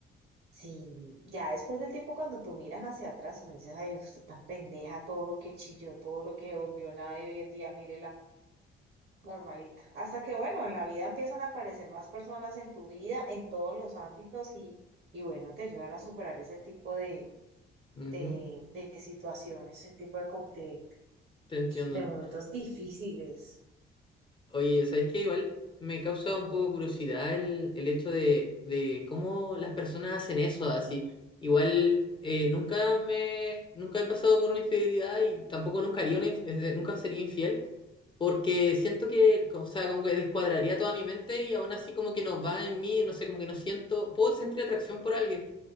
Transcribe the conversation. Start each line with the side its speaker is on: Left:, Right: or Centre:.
Right: Sí, ya después del tiempo cuando tú miras hacia atrás, me dices, ay, usted tan pendeja, todo lo que chilló, todo lo que se volvió nada y hoy en día mírela, normalita. Hasta que bueno, en la vida empiezan a aparecer más personas en tu vida, en todos los ámbitos y, y bueno, te ayudan a superar ese tipo de,
Left: Ujú.
Right: de, de situaciones, ese tipo de, con- de,
Left: Te entiendo.
Right: de momentos difíciles.
Left: Oye, ¿sabes qué? Igual me causa un poco curiosidad el, el hecho de, de cómo las personas hacen eso, así. Igual eh, nunca me, nunca he pasado por una infidelidad y tampoco nunca haría una, inf- eh, nunca sería infiel, porque siento que, o sea, como que descuadraría toda mi mente y aún así como que no va en mí, no sé, como que no siento, puedo sentir atracción por alguien